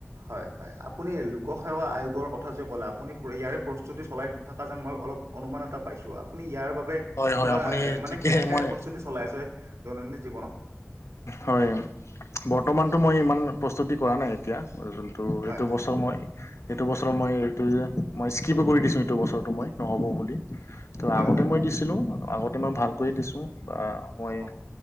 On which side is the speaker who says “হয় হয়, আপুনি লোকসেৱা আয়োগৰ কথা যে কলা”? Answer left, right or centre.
Right